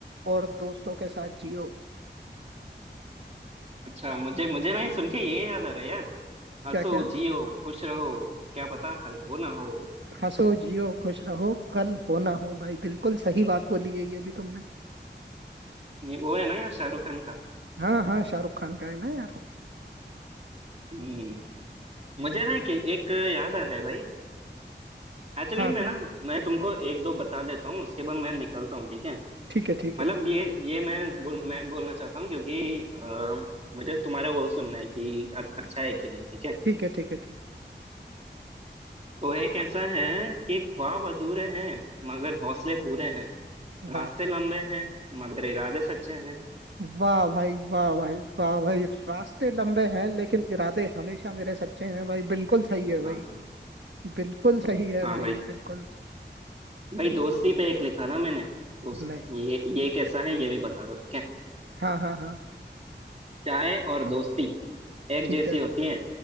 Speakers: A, on the right; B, on the right.
A: और दोस्तों के साथ जियो
B: अच्छा मुझे मुझे ना ये सुन के ये याद आ रहा है यार हंसो
A: क्या क्या
B: जियो खुश रहो क्या पता कल हो ना हो
A: हंसो जियो खुश रहो कल हो ना हो भाई बिल्कुल सही बात बोली है ये भी तुमने
B: ये वो है ना यार शाहरुख खान का
A: हाँ हाँ शाहरुख खान का है ना यार
B: हम्म मुझे ना एक, एक याद आ रहा है भाई एक्चुअली
A: हाँ
B: मैं
A: हाँ
B: ना मैं तुमको एक दो बता देता हूँ उसके बाद मैं निकलता हूँ ठीक है
A: ठीक है ठीक
B: मतलब
A: है
B: ये ये मैं बोल मैं बोलना चाहता हूँ क्योंकि अ, मुझे तुम्हारा वो सुनना है कि अ- अच्छा है कि नहीं ठीक है
A: ठीक है ठीक है ठीक
B: तो एक ऐसा है कि ख्वाब अधूरे हैं मगर हौसले पूरे हैं
A: वाह
B: रास्ते लंबे हैं मगर इरादे सच्चे हैं
A: वाह भाई वाह भाई वाह भाई रास्ते लंबे हैं लेकिन इरादे हमेशा मेरे सच्चे हैं भाई बिल्कुल सही है भाई
B: हाँ
A: बिल्कुल सही है
B: हाँ
A: भाई
B: भाई
A: बिल्कुल
B: भाई दोस्ती पे एक लिखा था मैंने तो उस,
A: नहीं
B: ये ये कैसा है ये भी बता दो ठीक है
A: हाँ हाँ हाँ
B: चाय और दोस्ती एक
A: ठीक
B: जैसी
A: है
B: होती है